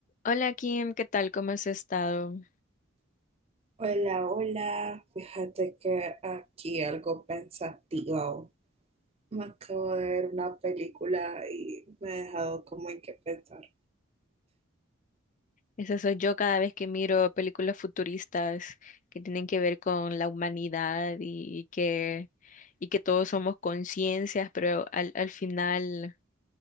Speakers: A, on the left (about 40°); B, on the right (about 30°).
A: Hola Kim, ¿qué tal? ¿Cómo has estado?
B: Hola, hola. Fíjate que aquí algo pensativo. Me acabo de ver una película y me ha dejado como en qué pensar.
A: Esa soy yo cada vez que miro películas futuristas que tienen que ver con la humanidad y que, y que todos somos conciencias, pero al, al final